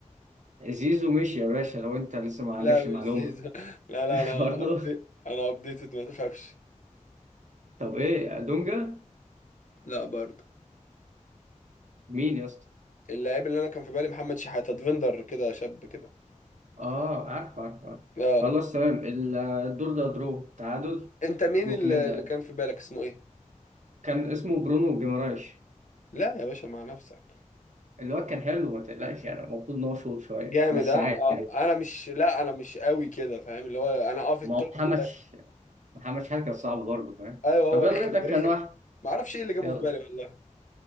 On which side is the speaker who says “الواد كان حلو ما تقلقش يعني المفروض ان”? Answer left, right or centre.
Right